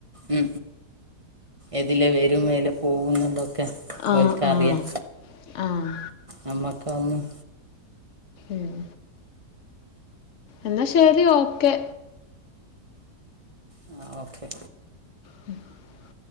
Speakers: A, on the right (about 25°); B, on the left (about 50°).
A: മ് എതിലെ വരും എയ്ലെ പോവും എന്നുള്ളതൊക്കെ അവർക്ക്
B: ആഹ് ആഹ്
A: അറിയാം
B: ആഹ്
A: നമക്ക് അതൊന്നും
B: ഉം എന്നാ ശരി ഒ കെ
A: ഉം ഓകെ
B: ഉം